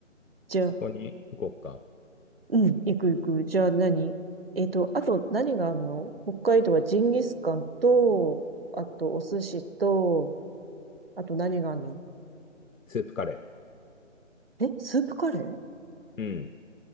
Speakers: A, on the right; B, on the left.
A: じゃあ、
B: う。そこに行こうか。
A: うん、行く行く。じゃあ何えっと、あと何があるの北海道はジンギスカンと、あとお寿司と、あと何があるの
B: スープカレ
A: え、スープカレー
B: ー。うん。